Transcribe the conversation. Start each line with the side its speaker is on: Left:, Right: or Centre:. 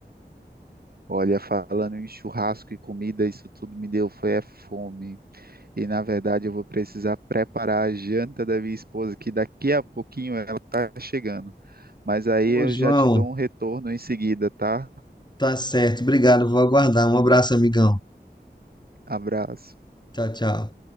Right: Olha, falando em churrasco e comida, isso tudo me deu foi é fome. E na verdade eu vou precisar preparar a janta da minha esposa, que daqui a pouquinho ela está chegando. Mas aí
Left: Ô,
Right: eu
Left: João,
Right: já te dou um retorno em seguida, tá?
Left: Tá certo, obrigado, vou aguardar. Um abraço, amigão.
Right: Abraço.
Left: Tchau, tchau.